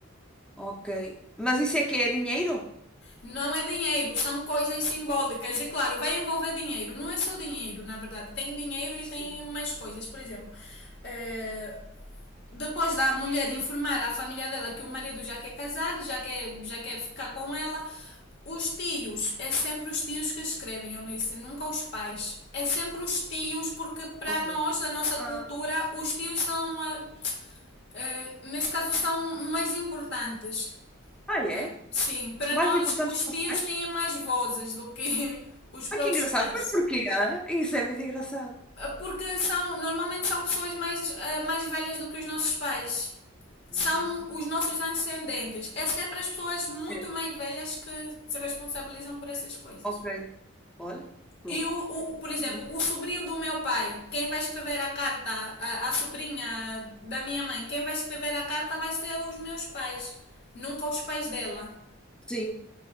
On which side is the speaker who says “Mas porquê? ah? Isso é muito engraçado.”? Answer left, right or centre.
Centre